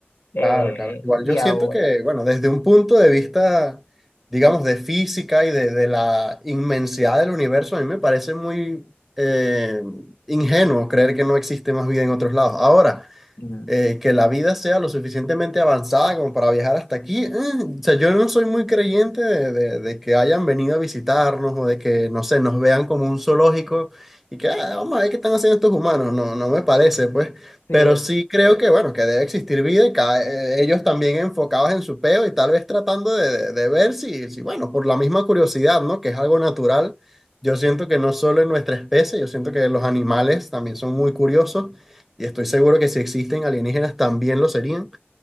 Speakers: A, on the left; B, in the centre.
A: Eh,
B: Claro, claro. Igual
A: y
B: yo
A: y ahora.
B: siento que, bueno, desde un punto de vista, digamos, de física y de, de la inmensidad del universo, a mí me parece muy eh, ingenuo creer que no existe más vida en otros lados. Ahora,
A: Mm.
B: eh, que la vida sea lo suficientemente avanzada como para viajar hasta aquí. mm, o sea, yo no soy muy creyente de, de- de que hayan venido a visitarnos o de que, no sé, nos vean como un zoológico y que, "Ah, vamos a ver qué están haciendo estos humanos. No, no me parece, pues.
A: Sí,
B: Pero sí creo que, bueno, que debe existir vida y cada- eh, ellos también enfocados en su peo y tal vez tratando de, de- de ver si, si, bueno, por la misma curiosidad, ¿no? Que es algo natural. Yo siento que no solo en nuestra especie, yo siento que los animales también son muy curiosos y estoy seguro que si existen alienígenas también lo serían.